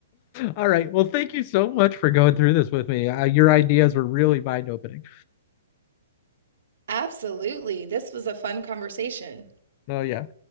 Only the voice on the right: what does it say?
Absolutely. This was a fun conversation.